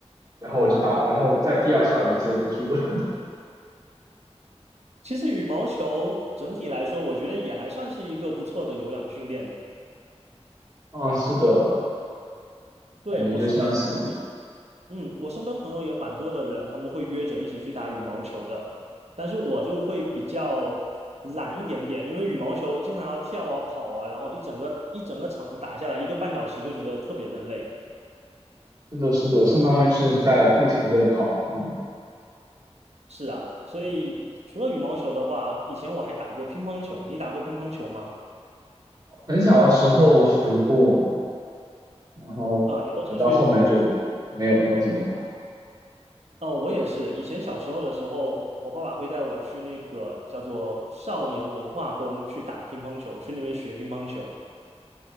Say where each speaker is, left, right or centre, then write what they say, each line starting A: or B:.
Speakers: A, on the right (about 35°); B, on the right (about 70°).
A: 然后我就打，然后我在第二下我就接不住了。
B: 其实羽毛球整体来说，我觉得也还算是一个不错的有氧训练嘞。
A: <laughs> 嗯，是的，
B: 对，
A: 感觉就像是，
B: 我身边朋友也嗯，我身边朋友也蛮多的人，他们会约着一起去打羽毛球的。但是我就会比较懒一点点，因为羽毛球经常要跳啊、跑啊，然后一整个一整个场打下来一个半小时，就觉得特别的累。
A: 是的，是的，相当于是在不停的跑步。
B: 是啊，所以除了羽毛球的话，以前我还打过乒乓球。你打过乒乓球吗？
A: 很小的时候学过，然后呃，
B: 啊、也都是去。
A: 到后面就没有没有怎么打。
B: 嗯，我也是。以前小时候的时候，我爸爸会带我去那个叫做少年文化宫去打乒乓球，去那边学乒乓球。